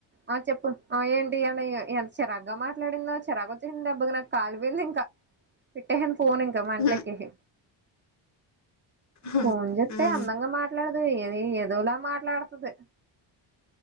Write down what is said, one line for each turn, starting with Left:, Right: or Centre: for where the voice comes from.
Right: ఆ చెప్పు ఏంటి అయనంత చెరార్గా మాట్లాడిందో చెరాగా వచ్చేసింది అబ్బ నాకు కాాలిపోయింది ఇంకా పిట్టేసాన్ ఫోన్ ఇంకా మెంటల్
Left: హ్మ్.
Right: ఎక్కేసి
Left: హ్మ్.
Right: ఫోన్ చెస్తే
Left: హ్మ్.
Right: అందంగా మాట్లాడదు ఏది ఏదోలా మాట్లాడుతుది